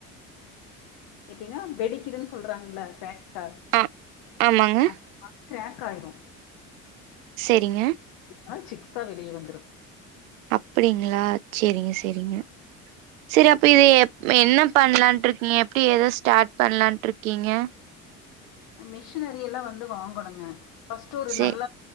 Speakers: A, on the left; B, on the right.
A: <unintelligible> எப்டினா வெடிக்குதுன் சொல்றாங்கள க்ரேக்ட்டார்
B: ஆ ஆமாங்க
A: அந்த மா கிரேக் ஆயிரு
B: சேரிங்க
A: ஆனா சிக்ஸா வெளியே வந்துரு
B: அப்பிடிங்ளா சேரிங்க சேரிங்க சேரி அப்ப இது
A: நல்லா
B: எப் ம என்னப் பண்லான்ட்ருக்கீங்க எப்டி எத ஸ்டார்ட் பண்லான்ட்ருக்கீங்க
A: மிஷினரி எல்லா வந்து வாங்கணுங்க ஃபர்ஸ்ட்டு ஒரு
B: சே
A: நல்ல